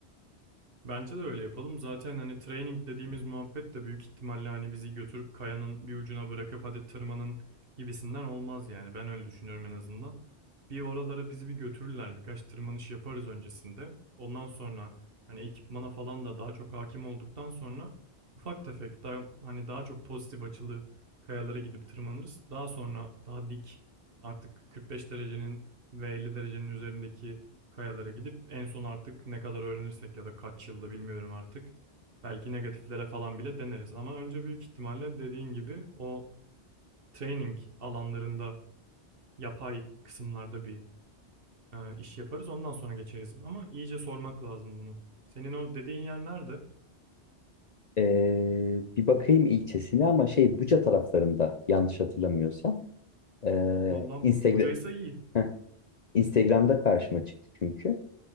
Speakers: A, on the right; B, on the left.
A: Bence de öyle yapalım. Zaten hani training dediğimiz muhabbet de büyük ihtimalle hani bizi götürüp kayanın bir ucuna bırakıp hadi tırmanın gibisinden olmaz yani. Ben öyle düşünüyorum en azından. Bir oralara bizi bir götürürler. Birkaç tırmanış yaparız öncesinde. Ondan sonra hani ekipmana falan da daha çok hakim olduktan sonra ufak tefek daha hani daha çok pozitif açılı kayalara gidip tırmanırız. Daha sonra daha dik artık 45 derecenin ve 50 derecenin üzerindeki kayalara gidip en son artık ne kadar öğrenirsek ya da kaç yılda bilmiyorum artık. Belki negatiflere falan bile deneriz ama önce büyük ihtimalle dediğin gibi o training alanlarında yapay kısımlarda bir e, iş yaparız ondan sonra geçeriz ama iyice sormak lazım bunu. Senin o dediğin yer nerede?
B: Ee, bir bakayım ilçesine ama şey Buca taraflarında yanlış hatırlamıyorsam. Ee,
A: Vallahi
B: Instagram
A: bu, bucaysa iyi.
B: Heh, Instagram'da karşıma çıktı çünkü.